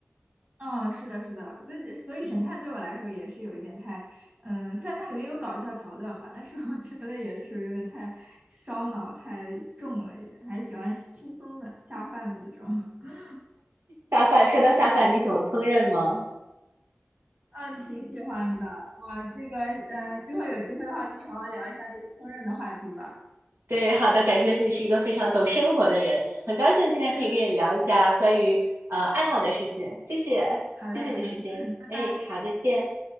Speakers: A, on the right; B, on the right.
A: 啊、是的，是的，所以这所以神探对我来说也是有一点太，嗯，虽然它里面有搞笑桥段吧，但是我觉得也是属于有点太烧脑、太重了一点，还是喜欢轻松的、下饭的这种。<laughs>
B: 下饭，说到下饭，你喜欢烹饪吗？
A: 嗯，挺喜欢的。我这个，嗯，之后有机会的话，跟你好好聊一下这个烹饪的话题吧。
B: 对，好的，感觉你是一个非常懂生活的人，很高兴今天可以跟你聊一下关于呃爱好的事情，
A: 嗯，
B: 谢谢，
A: 好嘞，
B: 谢谢你的时间，
A: 好嘞，嗯，拜拜。
B: 哎，好，再见。